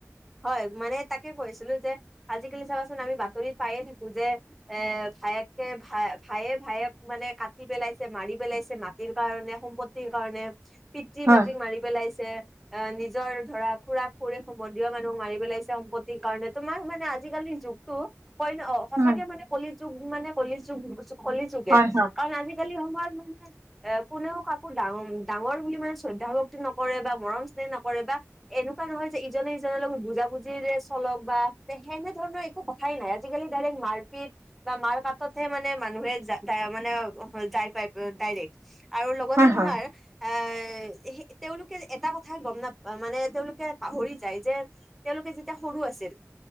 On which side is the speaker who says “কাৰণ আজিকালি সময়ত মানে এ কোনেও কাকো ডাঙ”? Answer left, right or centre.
Centre